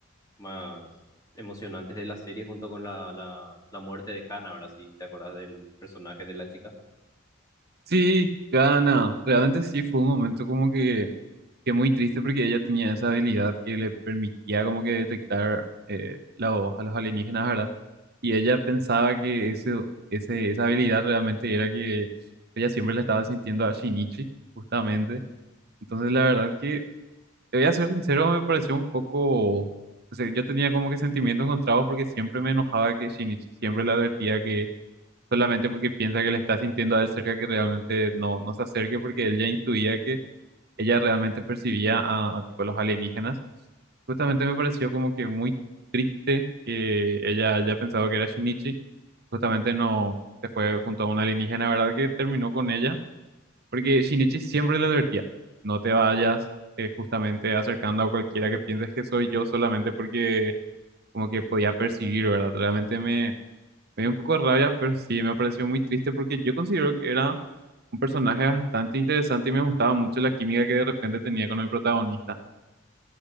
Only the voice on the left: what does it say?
más emocionantes de la serie junto con la, la, la muerte de Kana, ¿verdad? Si te acordás del personaje de la chica.